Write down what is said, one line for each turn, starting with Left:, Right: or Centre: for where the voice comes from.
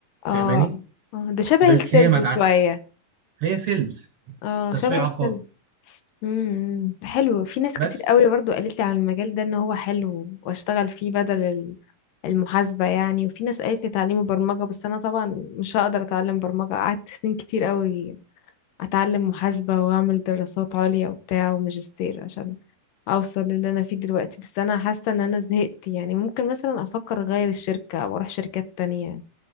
Left: اه
Right: فاهماني
Left: اه ده شبه
Right: بس
Left: السيلز
Right: هي مدعكه
Left: شوية
Right: هي سيلز
Left: اه
Right: تسويق
Left: شبه
Right: عقار
Left: السيلز امم حلو في ناس
Right: بس
Left: كتير قوي برضو قالت لي على المجال ده ان هو حلو واشتغل فيه بدل ال- المحاسبة يعني وفي ناس قالت لي تعليم برمجة بس انا طبعا مش هقدر اتعلم برمجة قعدت سنين كتير قوي اتعلم محاسبة واعمل دراسات عليا وبتاع وماجستير عشان اوصل للي انا فيه دلوقتي بس انا حاسة ان انا زهقت يعني ممكن مثلا افكر اغير الشركة او اروح شركات تانية